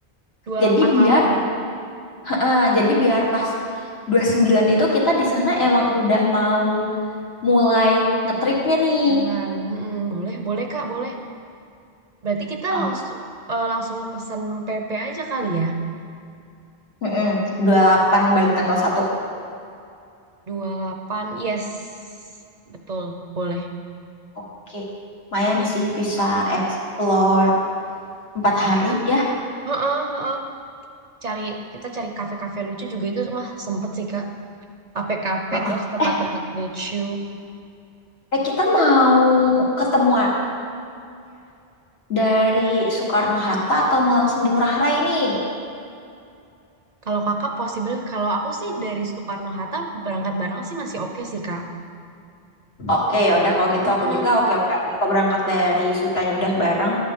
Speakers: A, on the right; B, on the left.
A: dua puluh
B: Jadi
A: delapan
B: biar
A: malam ya.
B: <laughs> jadi biar pas 29 itu kita di sana emang udah mau mulai ngetripnya nih.
A: Jalan. Mm-mm. Boleh, boleh Kak, boleh. Berarti kita
B: Oh,
A: langsung eh, langsung pesan PP aja kali ya.
B: mm-mm. 28 balik tanggal satu
A: dua puluh delapan Yes. Betul, boleh.
B: Oke, lumayan
A: Benar
B: sih bisa explore empat hari ya.
A: ya. Heeh, heeh. Cari kita cari kafe-kafe lucu juga itu mah sempet sih Kak. Kafe-kafe
B: Heeh.
A: terus tempat-tempat
B: Eh,
A: lucu.
B: eh, kita mau ketemuannya dari Soekarno-Hatta atau mau langsung di Ngurah Rai nih?
A: Kalau Kakak possible kalau aku sih dari Soekarno-Hatta berangkat bareng sih masih oke sih Kak.
B: Oke, ya udah kalau gitu
A: Mm-mm,
B: aku juga oke-oke aja kalau berangkat dari Sutanya udah bareng.